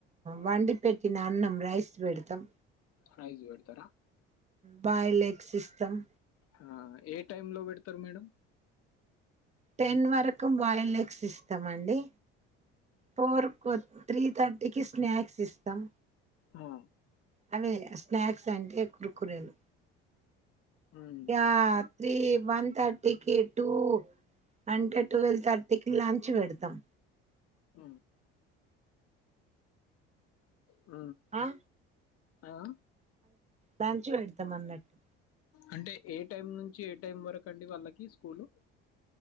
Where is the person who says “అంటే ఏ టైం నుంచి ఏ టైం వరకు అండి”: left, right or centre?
Left